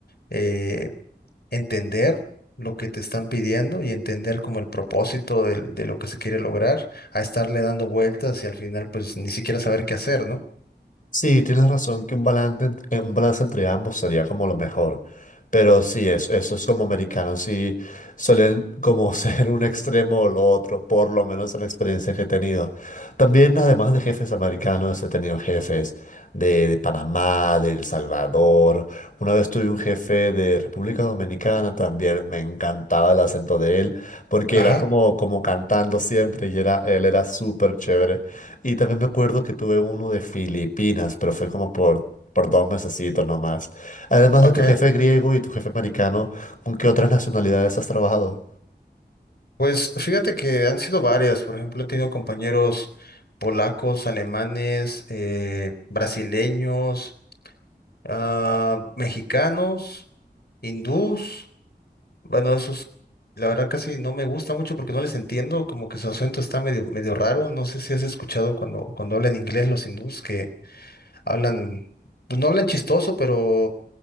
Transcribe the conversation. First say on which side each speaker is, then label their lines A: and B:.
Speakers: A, on the left; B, on the left.
A: eh, entender lo que te están pidiendo y entender como el propósito del- de, lo que se quiere lograr, a estarle dando vueltas y al final pues ni siquiera saber qué hacer, ¿no?
B: Sí, tienes razón que un balance, ent- eh, un balance entre ambos sería como lo mejor. Pero sí, es, eso es como americanos, sí suelen como <laughs> ser un extremo o lo otro, por lo menos en la experiencia que he tenido. También, además de jefes americanos, he tenido jefes de, de Panamá, de El Salvador. Una vez tuve un jefe de República Dominicana, también me encantaba el acento de él, porque
A: Ajá.
B: era como, como cantando siempre y era, él era súper chévere. Y también me acuerdo que tuve uno de Filipinas, pero fue como por, por dos mesecitos nomás. Además
A: Ok,
B: de tu jefe griego y tu jefe americano, ¿con qué otras nacionalidades has trabajado?
A: pues fíjate que han sido varias, por ejemplo, he tenido compañeros polacos, alemanes, eh, brasileños, ah, mexicanos, hindús, bueno, esos la verdad casi no me gusta mucho porque no les entiendo, como que su acento está medio, medio raro, no sé si has escuchado cuando, cuando hablan inglés los hindús que hablan, pues no hablan chistoso, pero